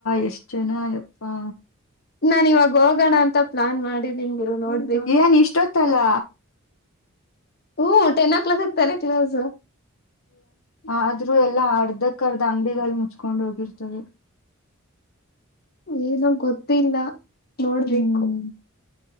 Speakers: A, on the left; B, on the left.
A: ಎಷ್ಟ ಜನ ಅಯಪ್ಪಾ.
B: ನಾನ್ ಇವಾಗ ಹೋಗೋಣ ಅಂತ ಪ್ಲಾನ್ ಮಾಡಿದ್ದೀನ್ ಗುರು ನೋಡಿ.
A: ಏನ್ ಇಷ್ಟೊತ್ತಲ್ಲ.
B: ಹ್ಮ್ ಟೆನ್ ಓ ಕ್ಲಾಕ್ ಸಿಗ್ತಾನೆ ಕ್ಲೋಸ್.
A: ಆದ್ರೂ ಎಲ್ಲಾ ಅರ್ಧಕ್ ಅರ್ಧ ಅಂಗಡಿಗಳು ಮುಚ್ಕೊಂಡ್ ಹೋಗಿರ್ತದೆ.
B: ಏನ ಗೊತ್ತಿಲ್ಲ? ನೋಡ್ಬೇಕು
A: ಹ್ಮ್